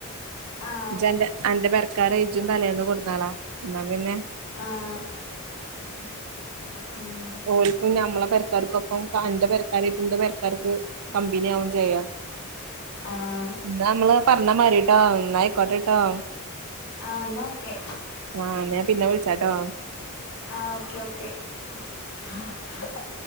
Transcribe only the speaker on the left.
ആഹ്
ഓക്കെ
ആഹ് ഉം
ആഹ്
ആ എന്നാ ഓക്കെ
ആ ഓക്കേ ഓക്കേ <inaudible>